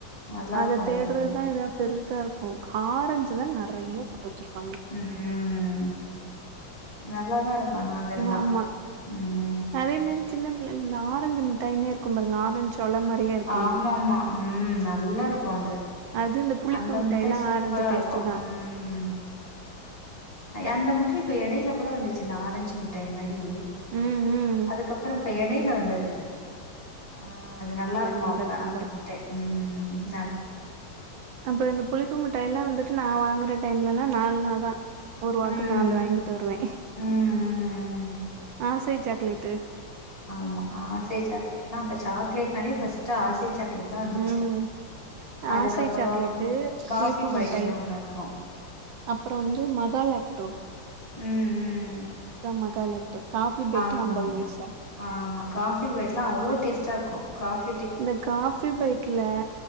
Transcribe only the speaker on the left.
நல்லா
இருக்கு அது
ரெண்டுமே
ம் நல்லாதா இருக்கு ஆனா அதெல்லா
உம்
ஆமா
ஆமா உம் நல்லா இருக்கு அது
அந்த
மிட்டாய் சூப்பரா
இருக்கு
உம் அந்த முட்ட இப்ப இடையில வந்துச்சு அ ஆரஞ்சு மிட்டாய் மாரி
அதுக்கப்றோ இப்ப எடை ல வந்தது ஆ அது நல்லா இருக்கு
அப்ப
அந்த மிட்டாய் உம் உம்
ம்
ம் ம்
ஆமா ஆசை சாக்லேட்லா அப்போ சாக்லேட் நாலே ஃபஸ்ட்டு ஆசை சாக் தா வந்துச்சு
அதுக்கப்புறோ
காபி
பைட்டனு
ஒன்னு இருக்கு
உம் உம்
ஆமா
ஆமா காபி பைட்லா அவ்ளோ டேஸ்ட்டா இருக்கு காபி